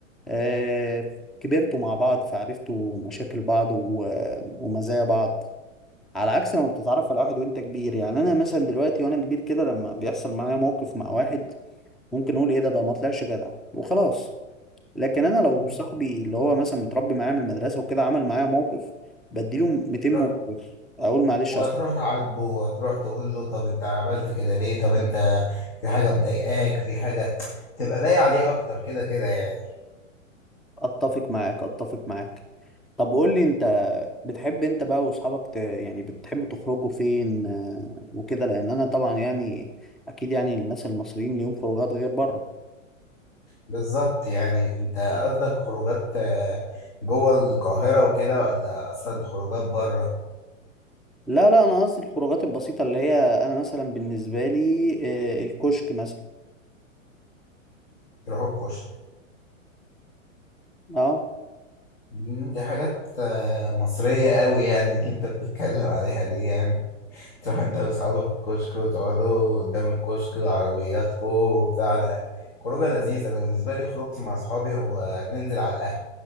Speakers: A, in the centre; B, on the left.
A: آه، كبرتوا مع بعض فعرفتوا مشاكل بعض و- ومزايا بعض على عكس لما بتتعرف على واحد وانت كبير يعني انا مثلا دلوقتي وانا كبير كده لما بيحصل معايا موقف مع واحد ممكن اقول ايه ده ده ما طلعش جدع وخلاص لكن انا لو
B: مم.
A: صاحبي اللي هو مثلا متربي معايا من المدرسه وكده عمل معايا موقف بديله 200
B: ر-
A: مبرر اقول معلش
B: وهتروح
A: اصلا
B: تعاتبه وهتروح تقول له طب انت عملت كده ليه؟ طب انت في حاجة مضايقاك في حاجة تبقى باقي عليه اكتر كده كده يعني
A: اتفق معاك اتفق معاك طب قول لي انت بتحب انت بقى واصحابك ت... يعني بتحبوا تخرجوا فين آه، وكده لان انا طبعا يعني اكيد يعني الناس المصريين ليهم خروجات غير بره
B: بالظبط يعني انت قصدك خروجات آه، جوه القاهرة وكده ولا اصلا خروجات بره
A: لا لا انا قصدي الخروجات البسيطه اللي هي انا مثلا بالنسبه لي آه، الكشك مثلا
B: تروحوا الكشك
A: اه
B: مم، دي حاجات آه، مصرية قوي يعني اللي انت بتتكلم عليها دي يعني تروح انت واصحابك الكشك وتقعدوا قدام الكشك وعربياتكو وبتاع ده خروجة لذيذة انا بالنسبة لي خروجتي مع اصحابي هو ننزل على القهوة